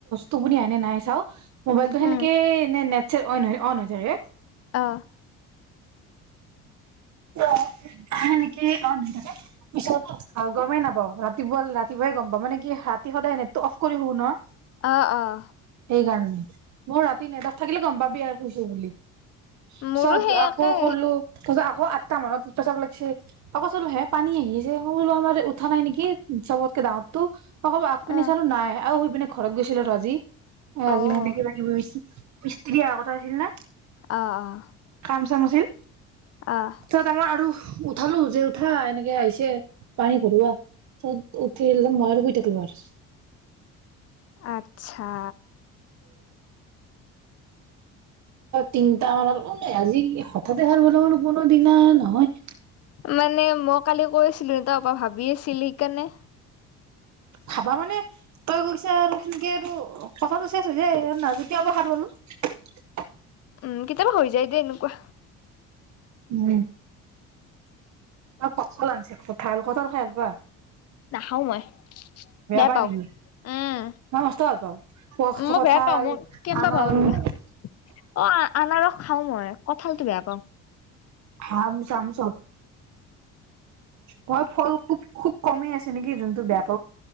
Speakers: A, on the right; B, on the left.
A: টোপনি আহে নাহেএনে নাই চাওঁ মোবাইলটো
B: উম,
A: সেনেকে নে নেট চেট অ নহয় দ অন হৈ যায় ৰে
B: অ
A: অ হয় নেকি থ পিছত গমেই নাপাও ৰাতিপুৱা ৰাতিপুৱাই গম পাওঁ মানে কি ৰাতি সদায় এট অফ কৰি শুও ন
B: অ অ
A: সেইকাৰণে মই ৰাতি নেট অফ থাকিলে গম পাবি আৰু শুইছে বুলি পিছত
B: মোৰো সেই
A: আকৌ
B: একে
A: কৰলো তাছত আকৌ তা মানত পেচাব লাগিছে আকৌ চলো হে পানী আহি আছে মই বোলো আমাৰ উঠা নাই নেকি চবতকে ডাঙৰতো আকৌ এবাৰ আগ পিনে
B: অ',
A: চালো নাই আও শুই পিনে ঘৰত গৈছিলো ৰ আজি এ
B: অ',
A: আজি মানে কিবা কিবি ৰুইছো ইস্ত্ৰি অহা কথা ত আহিল নে
B: অ', অ',
A: কাম চামুছিল
B: অ',
A: তত আমাৰ আৰু উঠালো যে উঠা এনেকে আহিছে পানী ঘৰুৱা চব উঠিল মই শুই থাকিলো আৰু
B: আচ্ছা
A: তিনিটা মানত আজি হঠাতে সাৰি পালো বোলো কোনো দিনা নহয়
B: মানে মই কালি কৰিছিলো ন তাৰ পৰা ভাবি আছিল সেইকাৰণে
A: ভাবা মানে তই কৈছা আৰু তেনেকে আৰু কথাটো শেষ হৈ যায় নাজতিয়া বষাৰ পলো
B: উম কেতিয়াবা হৈ যায় দেই এনেকোৱা
A: উম আৰু কঁঠাল আনিছে কঠাল কঁঠাল খাই আহিবা
B: নাখাও মই বেয়া
A: পাই
B: পাওঁ
A: নেকি
B: উম
A: মই মস্ত ভাল পাওঁ
B: মই
A: কঁঠাল
B: বেয়া পাওঁ মই কেনেুকোৱা
A: আনাৰস
B: পাওঁ কিবা অ আনাৰস খাও মই কঠালটো বেয়া পাওঁ
A: হা ম চামছ হয় ফল খুব খুব কমেই আছে নেকি যোনটো বেয়া ত